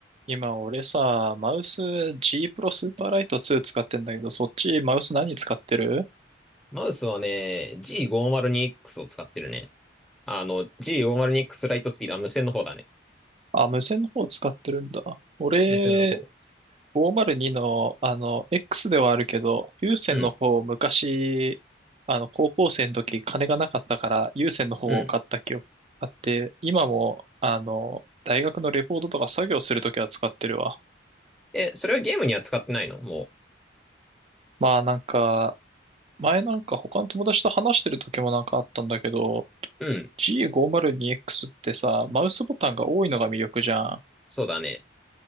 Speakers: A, on the right; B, in the centre.
A: 今俺さ、マウス G プロスーパーライト2使ってんだけど、そっちマウス何使ってる
B: マウスはね、G502X を使ってるね。あの、G502X ライトスピード、あ、無線の方だね。
A: あ、無線の方使ってるんだ。俺、
B: 無線の方。
A: 502の、あの、X ではあるけど、有線の方、
B: うん、
A: 昔、あの、高校生の時、金がなかったから、有線の方を買った記憶あって、
B: うん。
A: 今も、あの、大学のレポートとか作業するときは使ってるわ。
B: え、それはゲームには使ってないのも
A: まあなんか、前なんか他の友達と話してる時もなんかあったんだけど、
B: う。うん、
A: G502X ってさ、マウスボタンが多いのが魅力じゃん。
B: そうだね。